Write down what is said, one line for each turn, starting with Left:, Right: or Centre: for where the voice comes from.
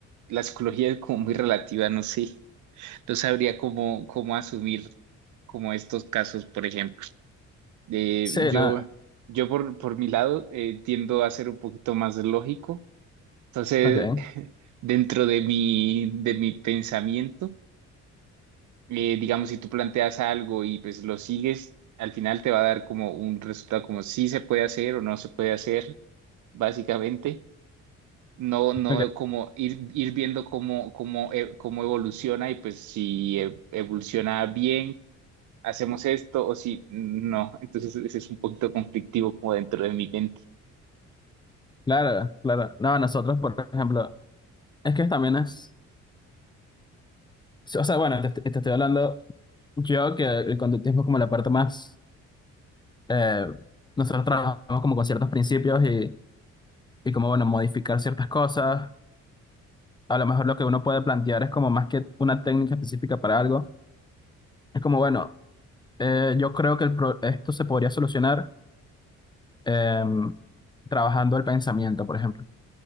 Right: la psicología es como muy relativa, no sé, no sabría cómo, cómo asumir como estos casos, por ejemplo. Eh,
Left: Sí,
Right: yo,
Left: nada.
Right: yo por, por mi lado eh, tiendo a ser un poquito más lógico Entonces,
Left: Ok,
Right: <laughs> dentro de mi, de mi pensamiento, eh, digamos, si tú planteas algo y pues lo sigues, al final te va a dar como un resultado como si se puede hacer o no se puede hacer, básicamente. No, no
Left: ok.
Right: como ir, ir viendo cómo, cómo, e- cómo evoluciona y pues si e- evoluciona bien, hacemos esto o si no. Entonces, ese es un poquito conflictivo como dentro de mi mente.
Left: Claro, claro. No, nosotros, por ejemplo, es que también es, sí, o sea, bueno, te, te estoy hablando yo que el conductismo es como la parte más, eh, nosotros trabajamos como con ciertos principios y, y como, bueno, modificar ciertas cosas. A lo mejor lo que uno puede plantear es como más que una técnica específica para algo Es como, bueno, eh, yo creo que el pro- esto se podría solucionar em, trabajando el pensamiento, por ejemplo,